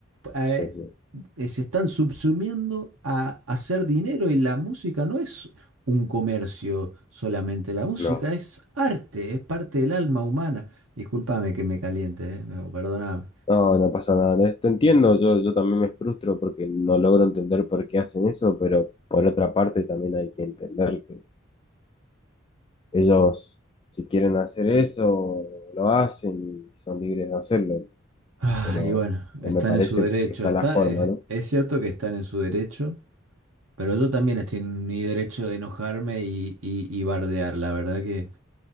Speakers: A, on the right; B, on the left.
A: eh,
B: sí, sí.
A: eh, se están subsumiendo a hacer dinero y la música no es un comercio solamente, la música
B: No.
A: es arte, es parte del alma humana. Discúlpame que me caliente, eh, no, perdóname.
B: No, no pasa nada. ¿eh? Te entiendo, yo, yo también me frustro porque no logro entender por qué hacen eso, pero por otra parte también hay que entender que ellos, si quieren hacer eso, lo hacen y son libres de hacerlo,
A: Ah,
B: pero
A: y bueno,
B: no
A: están
B: me parece
A: en su derecho,
B: que sea
A: está,
B: la forma,
A: es,
B: ¿no?
A: es cierto que están en su derecho, pero yo también estoy en mi derecho de enojarme y, y- y bardear. La verdad que,